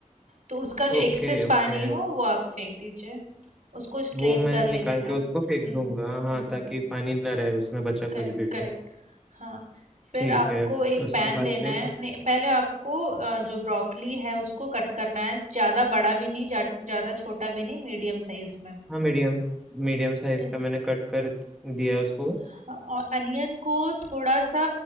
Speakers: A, on the right; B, in the centre.
A: तो उसका जो एक्सेस
B: Okay okay
A: पानी हो वो आप फेंक दीजिए उसको स्ट्रेन
B: वो मैं
A: कर लीजिएगा
B: निकाल के
A: हम्म
B: उसको फेंक दूंगा हाँ
A: हम्म
B: ताकि
A: हम्म।
B: पानी ना रहे उसमें बचा कुछ
A: Correct
B: भी
A: correct हाँ फिर
B: ठीक
A: आपको
B: है अब
A: एक
B: उसके
A: पैन
B: बाद
A: लेना
B: फिर
A: है नहीं पहले आपको अ, जो ब्रोकली है उसको कट करना है ज़्यादा बड़ा भी नहीं जा, ज़्यादा छोटा भी नहीं मीडियम साइज में
B: हाँ मीडियम मीडियम साइज
A: ठीक
B: का मैंने कट कर दिया उसको
A: हाँ, और अनियन को थोड़ा सा